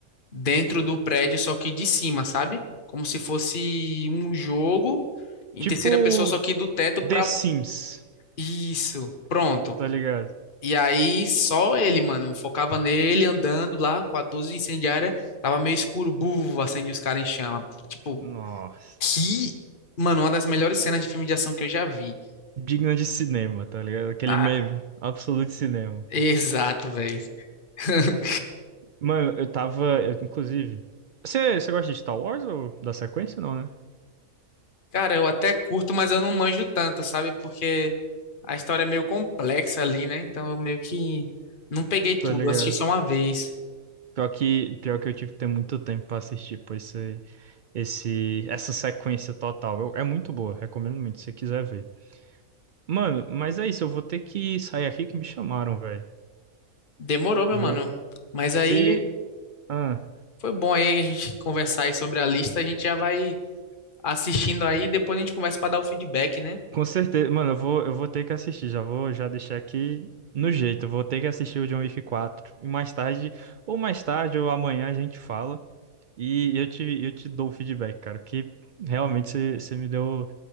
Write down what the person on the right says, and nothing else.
tipo
The
Sims,
tá ligado?
Nossa,
digno de cinema, tá ligado? Aquele
meme, absoluto cinema,
pô.
Mano, eu tava, eu, inclusive. Você, você gosta de Star Wars ou da sequência, não, né?
Tá ligado?
Pior que, pior que eu tive que ter muito tempo pra assistir, pô, esse, esse, essa sequência total. Eu- é muito boa, recomendo muito, se você quiser ver. Mano, mas é isso, eu vou ter que sair aqui que me chamaram, velho.
Viu?
Se. Ah,
com certeza. Mano, eu vou, eu vou ter que assistir. Já vou já deixar aqui no jeito. Eu vou ter que assistir o John Wick 4. E mais tarde, ou mais tarde, ou amanhã a gente fala. E eu te, eu te dou o feedback, cara. Que realmente você você me deu.